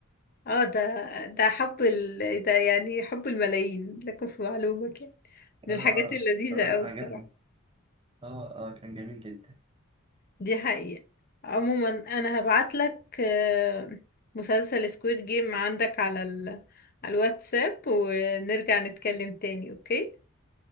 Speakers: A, on the left; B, on the right.
A: اه ده ده حب ال... ده يعني حب الملايين لكم في معلومك يعني من
B: آه
A: الحاجات اللذيذة
B: صراحة
A: اوي
B: عجبني
A: الصراحة
B: آه آه كان جميل جدا
A: دي حقيقة عموما انا هبعت لك آه، مسلسل سكويد جيم عندك على ال... على الواتساب ونرجع نتكلم تاني اوكي